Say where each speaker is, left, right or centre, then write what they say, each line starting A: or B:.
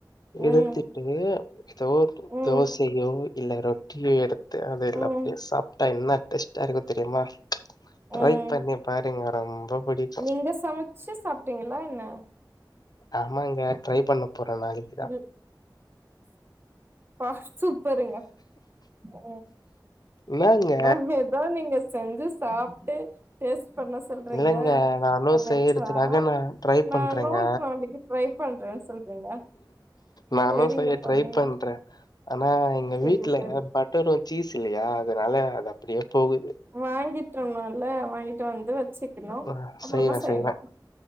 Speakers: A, on the right; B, on the left.
A: ம்
B: எடுத்துட்டு ஏதோ
A: ம்
B: தோசையோ இல்ல ரொட்டியோ எடுத்து அது எல்லா
A: ம்
B: அப்டியேசாப்டு என்னடெஸ்ட்டா இருக்கு தெரியுமா ட்ரை
A: ம்
B: பண்ணி பாருங்க ரொம்ப பிடிக்
A: நீங்க சமச்சு சாப்பிட்டீங்களா என்ன
B: ஆமாங்க ட்ரை பண்ண போறே நாளைக்கு
A: இது அப்பா சூப்பருங்க பா
B: என்னாங்க
A: நா ஏதோ நீங்க செஞ்சு சாப்பிட்டு டேஷ் பண்ண சொல்றீங்க
B: இல்லங்க நானு
A: நச்சா
B: செய்யறதுக்காக நா ட்ரை
A: நனோ
B: பண்றேங்க
A: பண் ரை பண்றே சொல்றீங்க
B: நானு
A: சேரிங்க
B: செய்ய
A: பண்ணுங்க
B: ட்ரை பண்றே ஆனா எங்க
A: செரி
B: வீட்ல
A: செரி
B: பட் ரும் சீஸ் இல்லையா அதனால அது அப்டியே போகுது
A: வாங்கிட் வர்ணுல வாங்கிட்டு வந்து வெச்சுக்கணும்
B: அ
A: அப்புறமா
B: செய்வேன்,
A: செய்யணு
B: செய்வேன்.